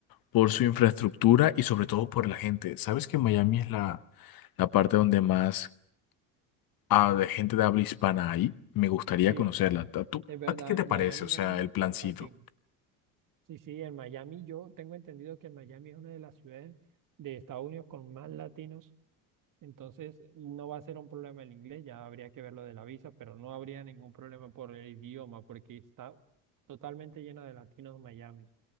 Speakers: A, on the left (about 55°); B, on the right (about 50°).
A: por su infraestructura y sobre todo por la gente. ¿Sabes que Miami es la, la parte donde más ah, de gente de habla hispana hay? Me gustaría
B: Sí,
A: conocerla. ¿A tú-
B: es verdad,
A: a ti qué te
B: Miami
A: parece? O sea,
B: hay muchos
A: el plancito.
B: latinos. Sí, sí, en Miami yo tengo entendido que Miami es una de las ciudades de Estados Unidos con más latinos, entonces no va a ser un problema el inglés, ya habría que ver lo de la visa, pero no habría ningún problema por el idioma porque está totalmente lleno de latinos Miami.